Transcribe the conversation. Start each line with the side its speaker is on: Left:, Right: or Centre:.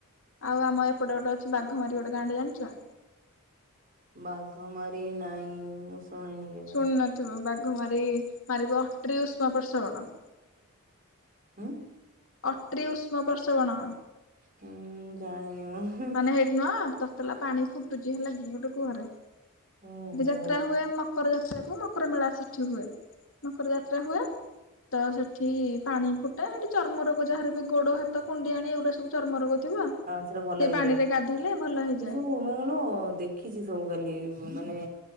Left: ଆଉ ଆମ ଏପଟେ ଗୋଟେ ଅଛି ବାଘମାରି ଗୋଟେ ଗାଁଟେ ଜାଣିଚ?
Right: ବାଘମାରି ନାଇଁ ମୁଁ ଶୁଣିନି କେ
Left: ଶୁଣିନଥିବ ବାଘମାରି ମାରିବ ଅଟ୍ରି ଉଷ୍ମ ପ୍ରସବଣ।
Right: ଉଁ?
Left: ଅଟ୍ରି ଉଷ୍ମପର୍ସବଣ।
Right: ହୁଁ ଜାଣିନି ମୁଁ ହୁଁ।
Left: ମାନେ ହେଇଠି ନୁହଁ ତତେଲା ପାଣି ଫୁଟୁ ଫୁଟୁଛି ହେଲାକି ଗୋଟେ କୁଅରେ ସେଠି
Right: ଓହୋ।
Left: ଯାତ୍ରା ହୁଏ ମକର ଯାତ୍ରାକୁ ମକର ମେଳା ସେ ସେଠୀ ହୁଏ ମକର ଯାତ୍ରା ହୁଏତ ସେଠି ପାଣି ଫୁଟି ତ ସେଠି ଚର୍ମରୋଗ ଯାହାର ବି ଗୋଡ, ହାତ, କୁଣ୍ଡିଆନି ଏଗୁଡା ସବୁ ଚର୍ମ ରୋଗ ଥିବ।
Right: ସେଥିରେ ଭଲ
Left: ସେଇ
Right: ହେଇଯାଏ,
Left: ପାଣିରେ ଗାଧୋଇଲେ ଭଲ ହେଇଯାଏ
Right: ଏ ସବୁ ମାନେ ମୁଁ ନୁହଁ ଦେଖିଛି ସବୁ ଖାଲି ମାନେ